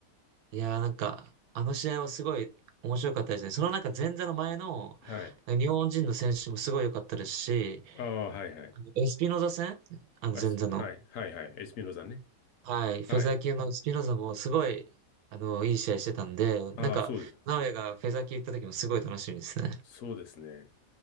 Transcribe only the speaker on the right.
いやー、なんか、あの試合はすごい面白かったですね。そのなんか前座の前の、
日本人の選手もすごい良かったですし、
あのエスピノザ戦あの前座の。
はい、フェザー級のスピノザもすごい、
あの、いい試合してたんで、
なんか、
直哉がフェザー級行った時もすごい楽しみですね。